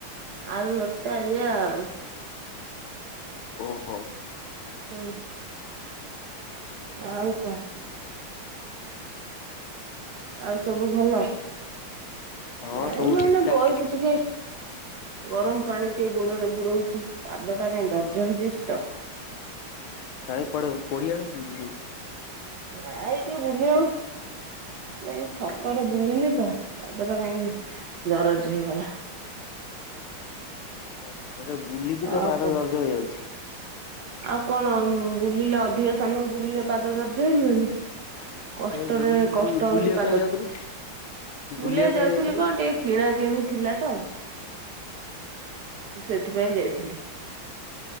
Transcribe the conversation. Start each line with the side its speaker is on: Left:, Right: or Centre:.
Right: ଆଳୁ ଭରତା ଏଇଆ ଆଉ।
Left: ଓ ହୋ।
Right: ହୁଁ। ଆଉ କ ଆଉ ସବୁ ଭଲ
Left: ହଁ
Right: ନାଇଁ
Left: ସବୁ
Right: ମୁଁ
Left: ଠିକ
Right: ଏଇନା
Left: ଠାକ।
Right: ବଇଚି ଟିକେ। ଗରମ ପାଣି ଟିକେ ଗୋଡରେ ବୁଡଉଚି। ପାଦ ଟା କାଇ ଦର୍ଜ ହେଇଯାଇଚି ତ। <inaudible>
Left: କାଇଁ କୁଆଡେ କୋଡି ଆଣୁଥିଲୁ କି କୋଉଠି?
Right: ନା ଏଇ ଟିକେ ବୁଲୁ ଏଇ ଛକରେ। ବୁଲିଲି ତ ପାଦ ଟା କାଇଁ ଦରଜ ହେଇଗଲା।
Left: ଓହୋ ତ ବୁଲିକି
Right: ଆଉ
Left: ତୋ ପାଦ
Right: କଣ
Left: ଦରଜ ହେଇଯାଉଚି।
Right: ଆଉ କଣ ବୁଲିଲେ ଅଧିକ ସମୟ ବୁଲିଲେ ପାଦ ଦର୍ଜ ହେଇଯିବନି। କଷ୍ଟରେ
Left: କାଇଁ ବୁଲ
Right: କଷ୍ଟ
Left: ବୁଲିବାକୁ
Right: ହଉଚି ପାଦକୁ।
Left: କାଇଁ ଯାଉଥିଲୁ ବୁଲିବାକୁ
Right: ବୁଲିଆକୁ
Left: କାଇଁ
Right: ଯାଉଥିଲି
Left: ଯାଇଥିଲୁ?
Right: କଣ ଟିକେ କିଣା କିିଣି ଥିଲା ତ। ସେଥିପାଇଁ ଯାଇଥିଲି।